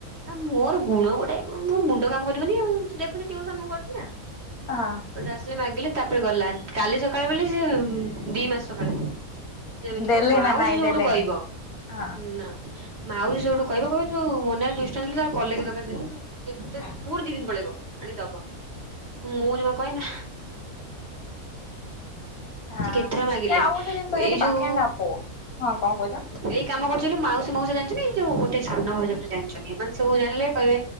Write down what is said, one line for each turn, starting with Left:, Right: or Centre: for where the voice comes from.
Right: ମୋର ଗୁଣ ଗୋଟେ ମୋ ମୁଣ୍ଡ କାମ କରିବନି ଆଉ ସେ ଦେଖୁଛିମୁ ଟିଉସନ କରୁଛି ନା
Left: ହଁ।
Right: ଗୋଟେ ଆସିଲେ ମାଗିଲେ ତାପରେ ଗଲା କାଲି ସକାଳ ବ ସେ ଦି ମାସ ସକାଳେ ହେଇଛି। ଦେବନି
Left: ଦେଲେ
Right: ମୋ ମାଉସି
Left: ନା ନାଇଁ
Right: ଯୋଉଠୁ
Left: ଦେଲେ
Right: କହିବ
Left: ନାଇଁ
Right: ଉ
Left: ହଁ।
Right: ନା ମାଉସୁ ସେଠୁ କହିବ କହିବ ଯୋଉ ମନେ ଦୁଇଶ ଟଙ୍କା କଲେଜ ଦର ଦେଥିଲୁ କେତେ
Left: ହଁ।
Right: ପୁଣି ଦି ଦିନ ପଳେଇବ। ଆଣିଦବ ମୁଁ ଜମା କହେ ନା
Left: ହଁ
Right: ସେ କେତଥର ମାଗିଲେ
Left: ଆଉ ଗୋଟେ ଜିନିଷ ଯଦି
Right: ଏଇ ଯୋଉ
Left: ପାଖରେ ନପ ହଁ କଣ କହୁଛ?
Right: ଏଇ କାମ କରୁ ମାଉସୀ ମାଉସା ଜଣିଛନ୍ତି ଯୋଉୋଟ ସାନ ଭାଉଜ ବୋଲି ଜଣିଛନ୍ତି ଏମାନେ ସବୁ ଜାିଲେ କହିବେ